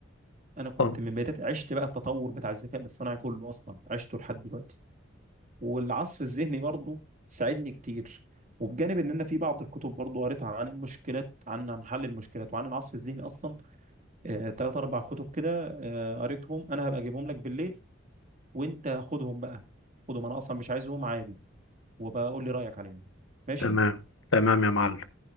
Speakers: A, on the right; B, on the left.
A: انا كنت
B: طب
A: من بدايات عشت بقى التطور بتاع الذكاء الاصطناعي كله اصلا عشته لحد دلوقتي والعصف الذهني برضه ساعدني كتير وبجانب ان انا في بعض الكتب برضه قريتها عن المشكلات عن عن حل المشكلات وعن العصف الذهني اصلا آه، تلات اربع كتب كده آه، قريتهم انا هبقى اجيبهم لك بالليل وانت خدهم بقى خدهم انا اصلا مش عايزهم عادي وبقول لي رايك عليهم ماشي
B: تمام تمام يا معلم